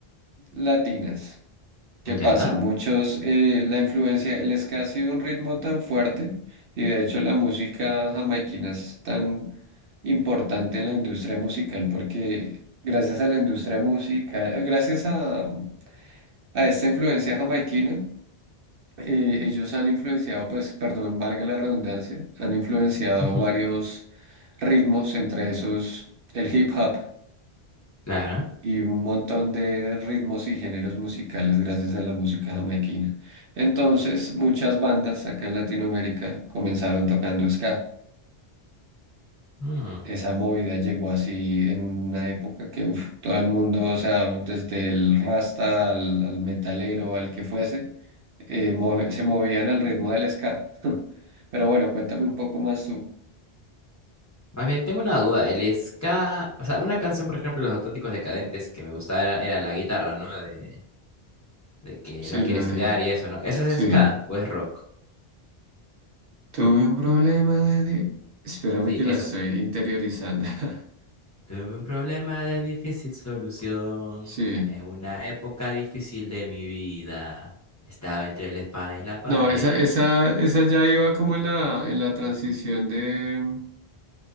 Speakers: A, on the right; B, on the left.
A: latinas. ¿Qué
B: ¿Ya?
A: pasa? Muchos, eh, la influencia, el ska ha sido un ritmo tan fuerte y de hecho la música jamaiquina es tan importante en la industria musical porque gracias a la industria musical, gracias a, a esta influencia jamaiquina, eh, ellos han influenciado, pues, perdón, valga la redundancia, han influenciado
B: <laughs> Ujú,
A: varios ritmos, entre esos el hip hop
B: Claro.
A: y un montón de ritmos y géneros musicales gracias a la música jamaiquina. Entonces, muchas bandas acá en Latinoamérica comenzaron tocando ska.
B: Mm.
A: esa movida llegó así en una época que uf, todo el mundo, o sea, desde el rasta al, al metalero, al que fuese, eh, move- se movían al ritmo del ska. <laughs> Pero bueno, cuéntame un poco más tú.
B: Más bien, tengo una duda. El ska, o sea, una canción, por ejemplo, de Los Auténticos Decadentes que me gustaba era, era la guitarra, ¿no? De, de que
A: Sí,
B: no quiere
A: la
B: estudiar
A: de...
B: y eso, ¿no? ¿Eso es
A: Sí.
B: ska o es rock?
A: Tuve un problema de... di- Espérame
B: Sí,
A: que
B: eso.
A: la estoy interiorizando. <laughs>
B: Tuve un problema de difícil solución.
A: Sí.
B: En una época difícil de mi vida. Estaba entre la espada y la pared.
A: No, esa, esa, esa ya iba como en la, en la transición de